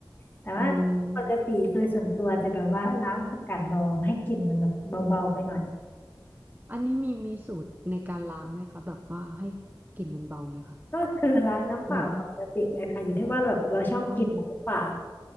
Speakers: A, on the left; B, on the right.
A: แต่ว่าปกติโดยส่วนตัวจะแบบว่าล้างผักกาดดองให้กลิ่นมันแบบเบาๆไปหน่อย
B: อืมอันนี้มีมีสูตรในการล้างไหมคะแบบว่าให้กลิ่นมันเบาเนี่ยค่ะ
A: ก็คือล้างน้ำเปล่าปกติเลยค่ะอยู่ที่ว่าเราแบบเราชอบกลิ่นมันหรือเปล่า
B: หรือว่าอ๋อ